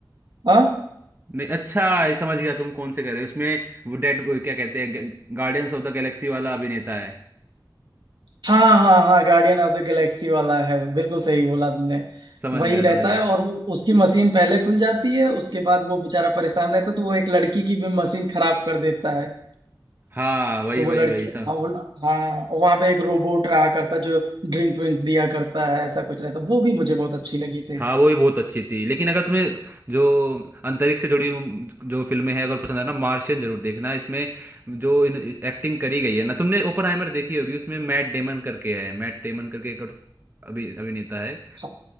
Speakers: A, on the right (about 65°); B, on the right (about 25°).
A: हाँ
B: नहीं अच्छा ये समझ गया तुम कौन से कह रहे हो उसमें वो डेड क्या कहते हैं गार्डियंस ऑफ द गैलेक्सी वाला अभिनेता है
A: हाँ हाँ हाँ गार्डियन ऑफ द गैलेक्सी वाला है बिल्कुल सही बोला तुमने
B: समझ
A: वही
B: गया
A: रहता
B: समझ गया
A: है और वो उसकी मशीन पहले खुल जाती है उसके बाद वो बेचारा परेशान रहता है तो वो एक लड़की की भी मशीन खराब कर देता है
B: हाँ वही
A: तो वो
B: वही
A: लड़की
B: वही सब
A: हाँ वो हाँ वहां पे एक रोबोट रहा करता जो ड्रिंक विंक दिया करता है ऐसा कुछ रहता वो भी मुझे बहुत अच्छी लगी थी
B: हाँ वो ही बहुत अच्छी थी लेकिन अगर तुम्हें जो अंतरिक्ष से जुड़ी हुई जो फिल्में हैं अगर पसंद है ना मार्शियन जरूर देखना इसमें जो इन एक्टिंग करी गई है ना तुमने ओपनहाइमर देखी होगी उसमें मैट डेमन करके है मैट डेमन करके एक और अभि अभिनेता है
A: हाँ